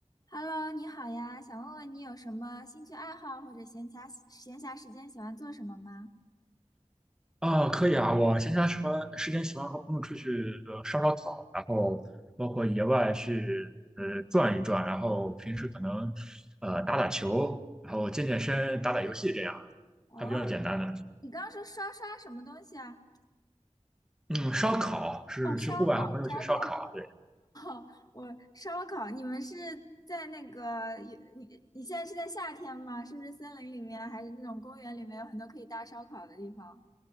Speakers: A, on the left; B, in the centre.
A: Hello，你好呀，想问问你有什么兴趣爱好或者闲暇闲暇时间喜欢做什么吗？
B: 啊，可以啊，我闲暇时欢时间喜欢和朋友出去呃烧烧烤，然后包括野外去呃转一转，然后平时可能呃打打球，然后健健身、打打游戏这样，
A: 哦，
B: 还比较简单的。
A: 你刚刚说刷刷什么东西啊？
B: 嗯，烧烤是去户外和朋友去烧烤，
A: 哦，烧烤，烧烤。
B: 对。
A: 哦，我烧烤，你们是在那个有你你现在是在夏天吗？是不是森林里面还是那种公园里面有很多可以搭烧烤的地方？